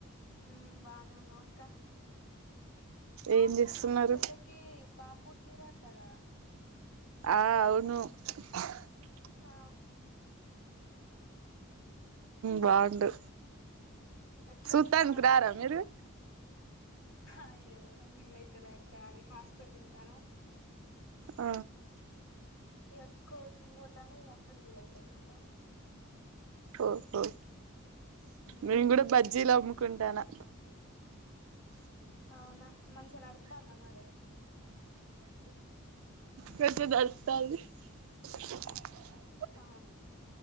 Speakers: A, on the left; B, on the right.
A: ఉ బానె అక్కా అవున్
B: ఏం చేస్తున్నారు
A: మొన్న మీ చెల్లకి బాబుబుట్టిరంట కదా
B: ఆ అవును <inaudible>
A: ఆ
B: బాగుండు
A: ఎట్లున్నా
B: సూతానికి రారా
A: నా నా
B: మీరు
A: అయ్యో నాకు వీలైతే లేక్క నేను హాస్టల్ ఉంటాను
B: ఆ
A: ఇక కోచింగ్ పోతన ఈక అసలు విల్ <unintelligible> ఇక
B: ఓహో
A: మ్మ్
B: మెమ్ కూడా బజ్జీల కుంటాను
A: అవునా మంచిష -- తందా మరే
B: కదిే దర్తాల <unintelligible>
A: ఆ